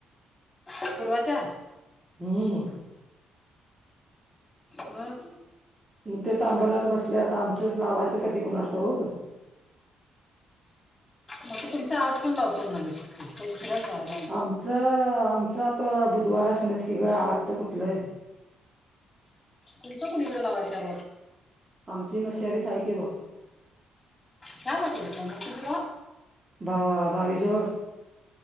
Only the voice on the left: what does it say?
उूर्वाच्या.
मग.
मग त तुमचा आज पण लावतो म्हणा शिकत तस.
तुमचं कुणीकडे लावा चार
कामचल म ना तुमहीला